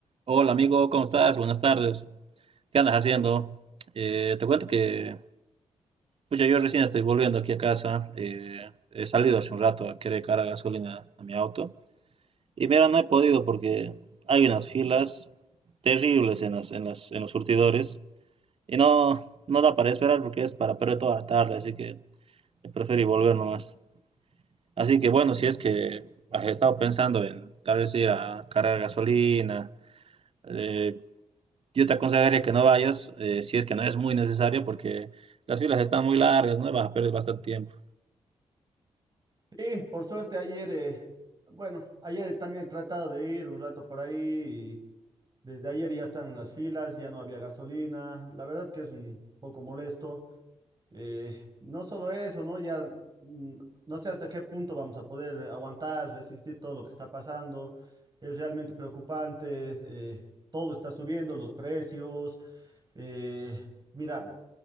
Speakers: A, on the right; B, on the right.
A: Hola amigo, ¿cómo estás? Buenas tardes. ¿Qué andas haciendo? Eh, te cuento que pucha, yo recién estoy volviendo aquí a casa. eh, he salido hace un rato a querer cargar gasolina a mi auto. Y mira, no he podido porque hay unas filas terribles en las, en las- en los surtidores. Y no, no da para esperar porque es para perder toda la tarde. Así que prefiero volver nomás. Así que bueno, si es que has estado pensando en tal vez ir a cargar gasolina eh, Yo te aconsejaría que no vayas, eh, si es que no es muy necesario, porque las filas están muy largas, ¿no? Vas a perder bastante tiempo.
B: Sí, por suerte ayer, eh, bueno, ayer también he tratado de ir un rato por ahí y desde ayer ya están las filas, ya no había gasolina, la verdad que es un poco molesto. Eh, no solo eso, ¿no? Ya mm, no sé hasta qué punto vamos a poder aguantar, resistir todo lo que está pasando, es realmente preocupante, eh, todo está subiendo, los precios, eh, mira.